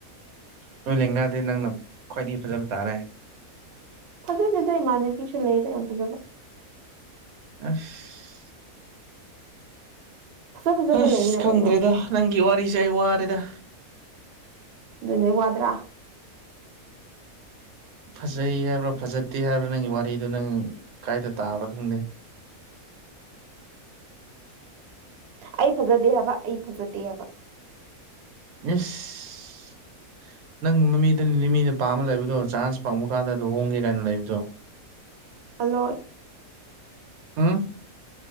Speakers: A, on the right; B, on the right.
A: ꯅꯣꯏ ꯂꯦꯡꯒꯥꯗꯤ ꯅꯪꯅ ꯈ꯭ꯋꯥꯏꯗꯒꯤ ꯐꯖꯕ ꯇꯥꯔꯦ
B: ꯐꯖꯗꯦꯗ ꯏꯃꯥꯟꯅꯕꯤꯁꯨ ꯂꯩꯗ ꯌꯥꯝ ꯐꯖꯕ
A: ꯑꯁ
B: ꯐꯖ ꯐꯖꯕ
A: ꯑꯁ
B: ꯂꯩꯌꯦꯅ
A: ꯈꯪꯗ꯭ꯔꯦꯗ
B: ꯀꯩꯅꯣ
A: ꯅꯪꯒꯤ ꯋꯥꯔꯤꯁꯦ ꯑꯩ ꯋꯥꯔꯦꯗ
B: ꯑꯗꯨꯅꯤ ꯋꯥꯗ꯭ꯔꯥ
A: ꯐꯖꯩ ꯍꯥꯏꯕ꯭ꯔꯥ ꯐꯖꯗꯦ ꯍꯥꯏꯕ꯭ꯔꯥ ꯅꯪꯒꯤ ꯋꯥꯔꯤꯗꯣ ꯅꯪ ꯀꯗꯥꯥꯏꯗ ꯇꯥꯕ꯭ꯔꯥ ꯈꯪꯗꯦ
B: <inaudible> ꯑꯩ ꯐꯖꯗꯦ ꯍꯥꯏꯕ ꯑꯩ ꯐꯖꯗꯦ ꯍꯥꯏꯕ
A: ꯏꯁ
B: <inaudible>
A: ꯅꯪ ꯃꯃꯤꯗꯨꯃꯤꯅ ꯄꯥꯝꯃ ꯂꯩꯕꯗꯣ ꯆꯥꯟꯁ ꯐꯪꯕ ꯀꯥꯟꯗ ꯂꯨꯍꯣꯡꯒꯦ ꯀꯥꯏꯅ ꯂꯩꯕꯗꯣ
B: ꯑꯜꯂꯣꯠ
A: ꯎꯝ